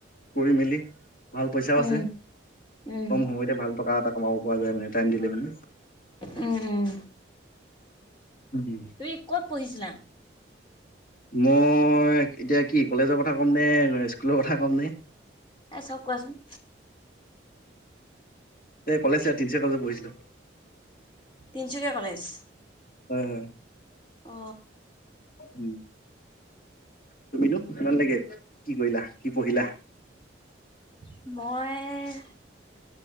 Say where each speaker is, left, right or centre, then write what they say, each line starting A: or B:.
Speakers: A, on the left; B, on the left.
A: কৰি মেলি ভাল পইচাও
B: উম
A: আছে
B: উম।
A: কম সময়তে ভাল টকা এটা কমাব পৰা যায় মানে টাইম দিলে মানে
B: উম উম
A: উম,
B: তুমি কত পঢ়িছিলা?
A: মই এতিয়া কি কলেজৰ কথা ক'ম নে স্কুলৰ কথা ক'ম নে
B: এ চব কোৱাচোন
A: এ কলেজ তিনিচুকীয়া কলেজত পঢ়িছিলো।
B: তিনিচুকীয়া কলেজ
A: হয় হয়।
B: অ।
A: উম। তুমিনো কিমান লেকে কি কৰিলা কি পঢ়িলা?
B: মই